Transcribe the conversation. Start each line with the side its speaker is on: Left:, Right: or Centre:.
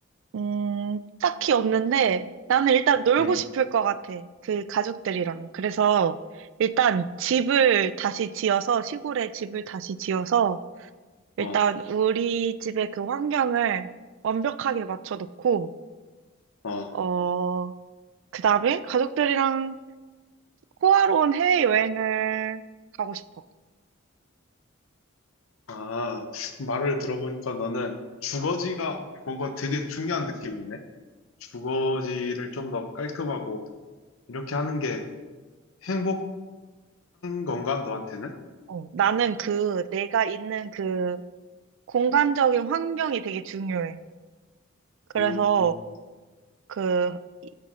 Right: 음, 딱히 없는데 나는 일단 놀고
Left: 응.
Right: 싶을 것 같아. 그 가족들이랑. 그래서 일단 집을 다시 지어서 시골에 집을 다시 지어서 일단
Left: 어,
Right: 우리 집의 그 환경을 완벽하게 맞춰놓고
Left: 어.
Right: 어, 그다음에 가족들이랑 호화로운 해외여행을 가고 싶어.
Left: 아, 말을 들어보니까 너는 주거지가 뭔가 되게 중요한 느낌이네. 주거지를 좀 더 깔끔하고 이렇게 하는 게 행복한 건가, 너한테는?
Right: 어, 나는 그 내가 있는 그 공간적인 환경이 되게 중요해. 그래서
Left: 음,
Right: 그, 이-